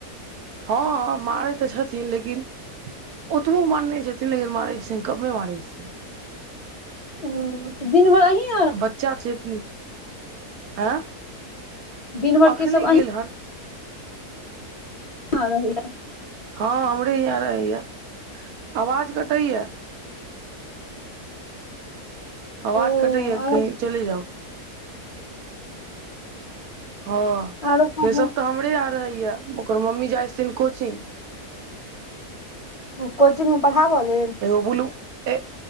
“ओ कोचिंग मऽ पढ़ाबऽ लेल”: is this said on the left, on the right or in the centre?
Left